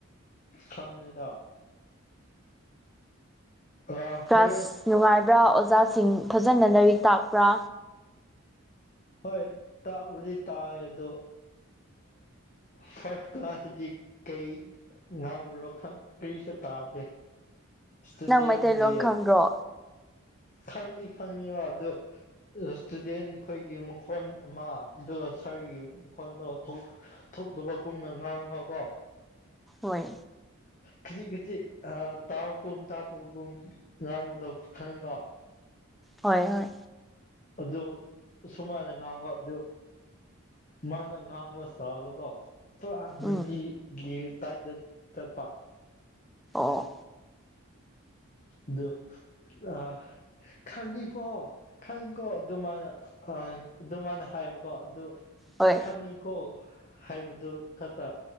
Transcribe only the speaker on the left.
ꯈꯪꯉꯗ ꯑꯥ
ꯍꯣꯔꯦꯟ
ꯍꯣꯏ ꯇꯥꯛꯕꯨꯗꯤ ꯇꯥꯛꯑꯦ ꯑꯗꯣ ꯐꯥꯔꯁ ꯀ꯭ꯂꯥꯁꯁꯤꯗꯤ ꯀꯩ ꯉꯥꯡꯉꯨꯔꯣ ꯈꯪ ꯀ꯭ꯔꯤ ꯆꯠ ꯇꯥꯗꯦ ꯎꯗꯦꯟꯒꯤ
ꯈꯪꯅꯤ ꯈꯪꯉꯕ ꯑꯗꯨ ꯏꯁꯇꯨꯗꯦꯟ ꯈꯣꯏ ꯒꯤ ꯃꯈꯣꯟ ꯑꯃ ꯑꯗꯨꯒ ꯁ꯭ꯋꯥꯏꯒꯤ ꯃꯈꯣꯟꯗꯣ ꯊꯣꯛꯇꯕ ꯀꯨꯝꯅ ꯉꯥꯡꯕꯀꯣ
ꯈꯖꯤꯛ ꯈꯖꯤꯛ ꯇꯥꯎꯕꯒꯨꯝ ꯇꯥꯗꯕꯒꯨꯝ ꯉꯥꯡꯕꯗꯣ ꯈꯪꯉꯤꯀꯣ
ꯑꯗꯣ ꯁꯨꯃꯥꯏꯅ ꯉꯥꯡꯕ ꯑꯗꯨ ꯃꯥꯅ ꯉꯥꯡꯕ꯭ꯔꯁ ꯇꯥꯔꯗꯀꯣ ꯄꯨꯔꯥ ꯅꯨꯡꯇꯤꯒꯤ
ꯇꯗꯥꯥꯏꯗ ꯆꯠꯄ
ꯑꯗꯨ ꯑ ꯈꯪꯉꯤꯀꯣ ꯈꯪꯉꯤꯀꯣ ꯑꯗꯨ ꯃꯥꯥꯏꯅ ꯑꯗꯨ ꯃꯥꯅ ꯍꯥꯏꯕꯀꯣ ꯑꯗꯨ
ꯈꯪꯉꯤꯀꯣ ꯍꯥꯏꯕꯗꯨ ꯈꯛꯇ